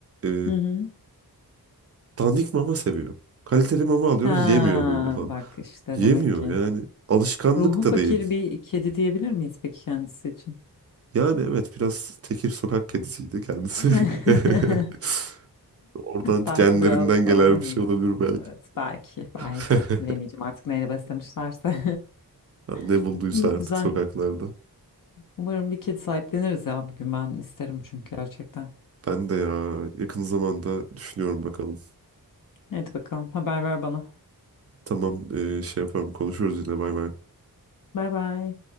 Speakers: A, on the right; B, on the left.
A: Ee,
B: Hı hı.
A: dandik mama seviyor. Kaliteli mama alıyoruz
B: Ha,
A: yemiyor böyle falan.
B: bak işte
A: Yemiyor
B: demek ki.
A: yani. Alışkanlık
B: Ruhu
A: da
B: fakir
A: değil.
B: bir kedi diyebilir miyiz peki kendisi için?
A: Yani evet biraz tekir sokak kedisiydi kendisi.
B: <laughs>
A: <laughs> Oradan
B: Belki
A: genlerinden
B: biraz
A: gelen
B: daha
A: bir şey
B: evet,
A: olabilir belki.
B: evet belki belki
A: <laughs>
B: bilemeyeceğim artık neyle beslemişlerse.
A: Ha, Ne
B: <laughs>
A: bulduysa
B: İyi
A: artık
B: güzel.
A: sokaklarda.
B: Umarım bir kedi sahipleniriz ya bir gün ben isterim çünkü gerçekten.
A: Ben de ya yakın zamanda düşünüyorum bakalım.
B: Hadi bakalım haber ver bana.
A: Tamam e, şey yaparım konuşuruz yine bay bay.
B: Bay bay.